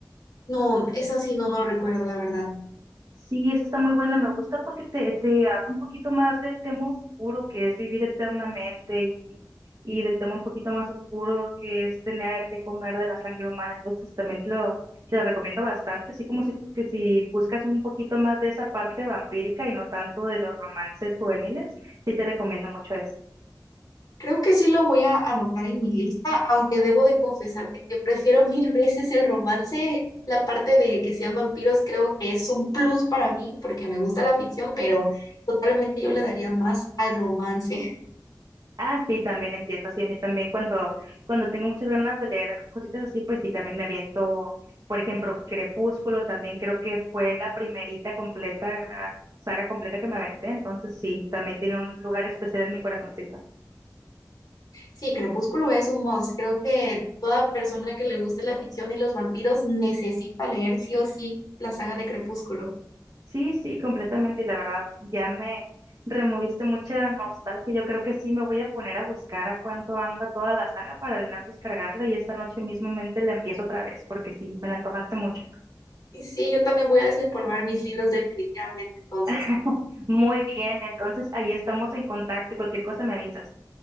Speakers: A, on the left; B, on the right.
A: No, es así, no, no lo recuerdo, la verdad.
B: Sí, esa está muy buena, me gusta porque te, te habla un poquito más del tema oscuro que es vivir eternamente y, y del tema un poquito más oscuro que es tener que comer de la sangre humana, entonces también te lo, te lo recomiendo bastante, así como si, que si buscas un poquito más de esa parte vampírica y no tanto de los romances juveniles, sí te recomiendo mucho eso.
A: Creo que sí lo voy a anotar en mi lista, aunque debo de confesarte que prefiero mil veces el romance. La parte de que sean vampiros creo que es un plus para mí porque me gusta la ficción, pero totalmente yo le daría más al romance. <laughs>
B: Ah, sí, también entiendo. Sí, a mí también cuando, cuando tengo muchas ganas de leer cositas así, pues sí, también me aviento, por ejemplo, Crepúsculo, también creo que fue la primerita completa, saga completa que me aventé, entonces sí, también tiene un lugar especial en mi corazoncito.
A: Sí, Crepúsculo es un must. Creo que toda persona que le guste la ficción y los vampiros necesita leer sí o sí la saga de Crepúsculo.
B: Sí, sí, completamente, y la verdad, ya me removiste mucha nostalgia. Yo creo que sí me voy a poner a buscar a cuánto anda toda la saga para de una vez descargarla y esta noche mismamente la empiezo otra vez, porque sí, me la antojaste mucho.
A: Y sí, yo también voy a desempolvar mis libros definitivamente entonces.
B: <laughs> Muy bien, entonces ahí estamos en contacto. Cualquier cosa me avisas.